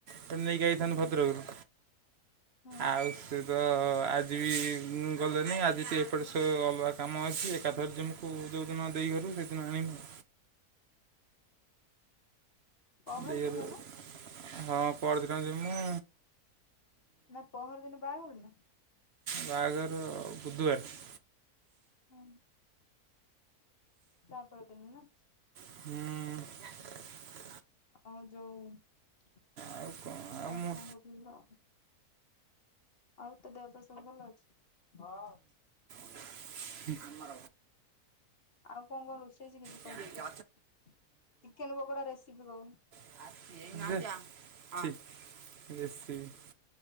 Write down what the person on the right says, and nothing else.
ଫେରେ ନେଇକି ଆଇଥାନ୍ତୁ
ଭଦ୍ରକରୁ।
ଆଉ ସେ ତ ଆଜି ବି ଗଲେନି ଆଜି ଟିକେ ଏପଟେ ସବୁ ଅଲଗା କାମ ଅଛି ଏକାଥରେ ଯିମୁ। ତା କୁ ଯେଉଁଦିନ ଦେଇ ଘରକୁ ସେଦିନ ଆଣିବୁ।
ଦେଇଘରକୁ
ହଁ ପହରଦିନ ଜି ମୁଁ।
ବାହାଘର ବୁଧବାର।
ହୁଁ।
ଆଉ
ଆଉ
ମୁଁ
ହ <unintelligible>
ରୋଷେଇ
ଯେ
ବେଶୀ <unintelligible>